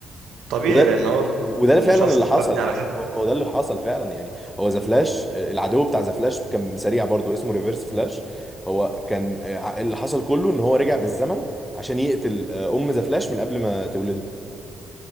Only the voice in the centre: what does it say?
وده
وده اللي
فعلا اللي حصل
يعني
هو هو ده اللي حصل فعلا يعني هو ذا فلاش العدو بتاع ذا فلاش كان سريع برضو اسمه ريفرس فلاش هو كان آه، اللي حصل كله ان هو رجع بالزمن عشان يقتل آه، ام ذا فلاش من قبل ما تولده